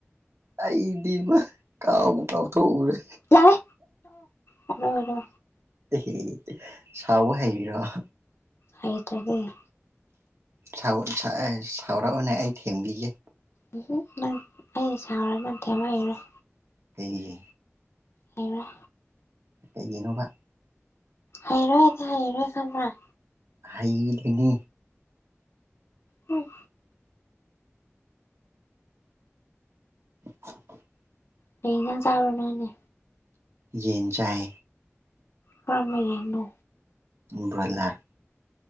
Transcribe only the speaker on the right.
ꯑꯩꯗꯤꯕ ꯀꯥꯎꯕꯨ ꯀꯥꯎꯊꯣꯛ ꯎꯔꯦ
ꯑꯦꯍꯦ ꯁꯧꯕ ꯍꯩꯔꯤꯔ‌ꯣ
ꯁꯥꯎꯕ ꯑ ꯁꯥꯎꯔꯛꯑꯣꯅꯦ ꯑꯩ ꯊꯦꯝꯕꯤꯒꯦ
ꯀꯩꯒꯤ
ꯀꯩꯒꯤꯅꯣꯕ
ꯍꯩꯔꯤꯗꯨꯅꯤ
<inaudible>
ꯌꯦꯟ ꯆꯥꯏ
ꯕ꯭ꯔꯣꯏꯂꯔ